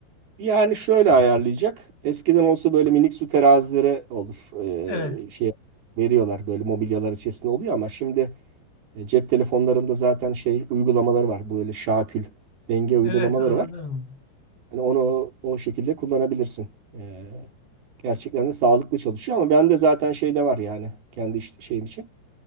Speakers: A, on the right; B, on the left.
A: Yani şöyle ayarlayacak. Eskiden olsa böyle minik su terazileri olur.
B: Evet.
A: E, şey veriyorlar böyle mobilyalar içerisinde oluyor ama şimdi e, cep telefonlarında zaten şey uygulamaları var. Böyle şakül denge uygulamaları
B: Evet anladım.
A: var. Hani onu o şekilde kullanabilirsin. E, gerçekten de sağlıklı çalışıyor ama ben de zaten şeyde var yani kendi iş- şeyim için.